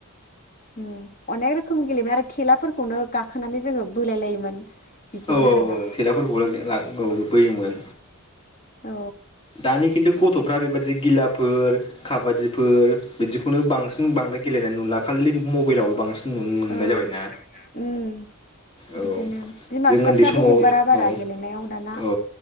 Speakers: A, on the left; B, on the left.
A: अम अनेक रोखोम गेलेनो आरो थेलाफोरखौनो गाखोनानै जोंङो बोलाय लायोमोन। बिदिमोन
B: औ औ
A: आरोना
B: औ थेलाफोरखौबो औ बोयोमोन।
A: औ
B: दानि किन्थु गथ'फ्रा बेबादि गेलेया फोर खाबादिफोर बिदिखौनो बांसिन बांद्राय गेलेनाय नुला खालि मबाइलाव ल बां सिन नुनो मोननाय
A: औ
B: जाबायना
A: उम
B: औ
A: बिदिनो बिमा
B: जों
A: बिफाफ्राबो
B: ओन्दै समाव
A: हगारा बारा
B: औ
A: गेलेनायाव दाना
B: औ